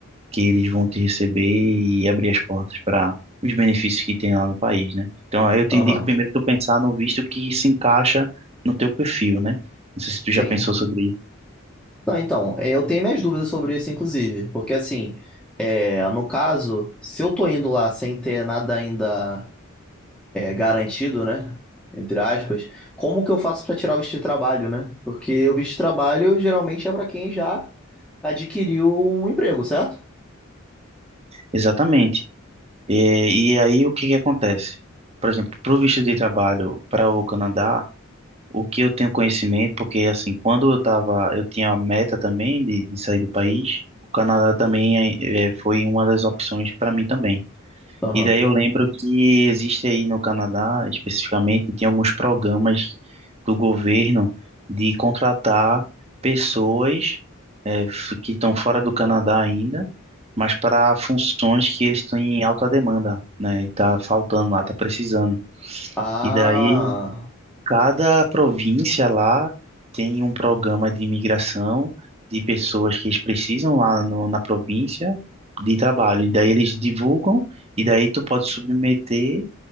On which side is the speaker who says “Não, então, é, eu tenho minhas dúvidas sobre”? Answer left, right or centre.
Centre